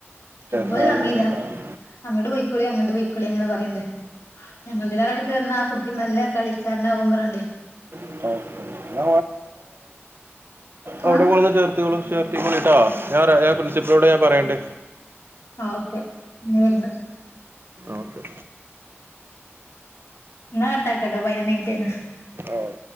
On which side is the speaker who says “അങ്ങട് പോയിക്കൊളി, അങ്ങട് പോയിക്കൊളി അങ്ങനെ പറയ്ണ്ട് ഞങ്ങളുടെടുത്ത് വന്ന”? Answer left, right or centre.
Left